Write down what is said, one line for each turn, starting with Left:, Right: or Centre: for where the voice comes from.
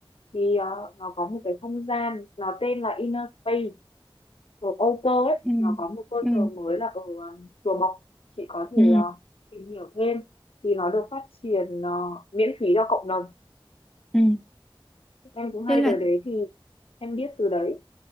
Left: thì ờ, nó có một cái không gian, nó tên là Inner Space ở Âu Cơ ấy
Centre: Ừ.
Left: nó có một cơ
Centre: Ừ.
Left: sở mới là ở um, Chùa Bộc chị có thể
Centre: Ừ.
Left: ờ, tìm hiểu thêm thì nó được phát triển ờ, miễn phí cho cộng đồng
Centre: Ừ.
Left: em cũng hay
Centre: Thế là
Left: tới đấy thì em biết từ đấy